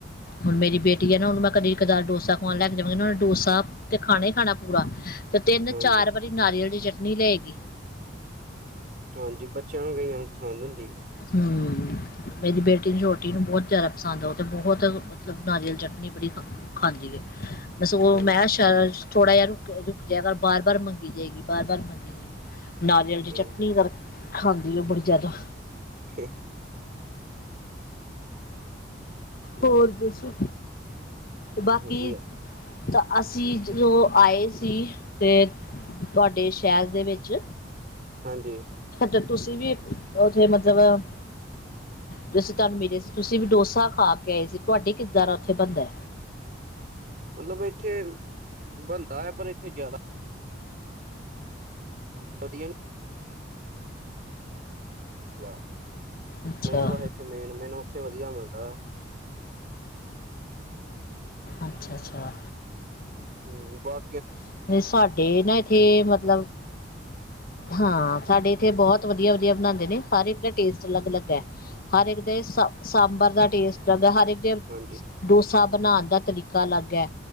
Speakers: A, on the left (about 50°); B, on the right (about 50°).
A: ਹੁਣ ਮੇਰੀ ਬੇਟੀ ਆ ਨਾ ਉਹਨੂੰ ਮੈ ਕਦੀ ਕਦਾਰ ਡੋਸਾ ਖਵਾਣ ਲੈ ਕੇ ਜਾਵਾਂਗੀ, ਉਹਨੇ ਡੋਸਾ ਤੇ ਖਾਣਾ ਹੀ ਖਾਣਾ ਪੂਰਾ ਤੇ ਤਿੰਨ
B: ਹਾਂਜੀ,
A: ਚਾਰ ਵਾਰੀ ਨਾਰੀਅਲ ਦੀ ਚਟਨੀ ਲਏਗੀ।
B: ਹਾਂਜੀ, ਬੱਚਿਆ ਨੂੰ ਕਈਆ ਨੂੰ ਪਸੰਦ ਹੁੰਦੀ ਏ।
A: ਹੁੰ, ਮੇਰੀ ਬੇਟੀ ਨੂੰ ਛੋਟੀ ਨੂੰ ਬਹੁਤ ਜ਼ਿਆਦਾ ਪਸੰਦ ਆ, ਉਹ ਤੇ ਬਹੁਤ ਮਤਲਬ ਨਾਰੀਅਲ ਚਟਨੀ ਬੜੀ ਖਾਂਦੀ ਏ। ਬਸ ਉਹ
B: ਹਾਂਜੀ,
A: ਮੈਂ ਸ਼ਰ ਥੋੜਾ ਜਿਹਾ ਰੁਕ ਰੁਕ ਜਾਇਆ ਕਰ ਬਾਰ ਬਾਰ ਮੰਗੀ ਜਾਏਗੀ ਬਾਰ ਬਾਰ ਮੰਗੀ ਜਾਏਗੀ। ਨਾਰੀਅਲ ਦੀ
B: ਹਾਂਜੀ।
A: ਚਟਨੀ ਕਰ ਖਾਂਦੀ ਉਹ ਬੜੀ ਜਾਦਾ।
B: <inaudible> ਹੂੰ,
A: ਹੋਰ ਦੱਸੋ? ਬਾਕੀ
B: ਵਧੀਆ
A: ਤਾ ਅਸੀ ਜਦੋ ਆਏ ਸੀ, ਤੇ ਤੁਹਾਡੇ ਸ਼ਹਿਰ ਦੇ ਵਿੱਚ।
B: ਹਾਂਜੀ।
A: ਤੇ ਤੁਸੀ ਵੀ ਉੱਥੇ ਮਤਲਬ ਜਦੋ ਅਸੀ ਤੁਹਾਨੂੰ ਮਿਲੇ ਸੀ ਤੁਸੀ ਵੀ ਡੋਸਾ ਖਾ ਕੇ ਆਏ ਸੀ, ਤੁਹਾਡੇ ਕਿੱਦਾ ਦਾ ਉੱਥੇ ਬਣਦਾ?
B: ਮਤਲਬ ਇੱਥੇ ਬਣਦਾ ਆ ਪਰ ਇੱਥੇ ਜਿਆਦਾ ਵਧੀਆ ਨਹੀਂ <unintelligible>
A: ਅੱਛਾ
B: ਮੇਨ ਮੇਨ ਉੱਥੇ ਵਧੀਆ ਮਿਲਦਾ।
A: ਅੱਛਾ ਅੱਛਾ।
B: ਹਮ ਬਹੁ
A: <unintelligible> ਸਾਡੇ ਨਾ ਇੱਥੇ ਮਤਲਬ ਹਾ ਸਾਡੇ ਇੱਥੇ ਬਹੁਤ ਵਧੀਆ ਵਧੀਆ ਬਣਾਦੇ ਨੇ ਹਰ ਇੱਕ ਦਾ ਟੇਸਟ ਅਲੱਗ ਅਲੱਗ ਹੈ। ਹਰ ਇੱਕ ਦੇ ਸ ਸਾਂਬਰ ਦਾ ਟੇਸਟ <unintelligible> ਹਰ ਇੱਕ
B: ਹਾਂਜੀ।
A: ਡੋਸਾ ਬਣਾਣ ਦਾ ਤਰੀਕਾ ਅਲੱਗ ਐ